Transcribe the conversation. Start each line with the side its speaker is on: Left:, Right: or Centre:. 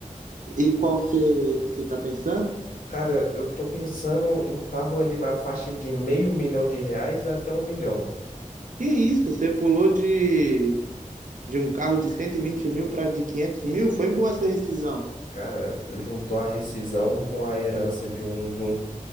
Right: E qual que você que você tá pensando?
Left: Cara, eu tô pensando em carro ali na faixa de meio milhão de reais até um milhão.
Right: Que isso, você pulou de, de um carro de 120 mil para de 500 mil? Foi boa essa rescisão.
Left: Cara, juntou a rescisão com a herança de um, de um,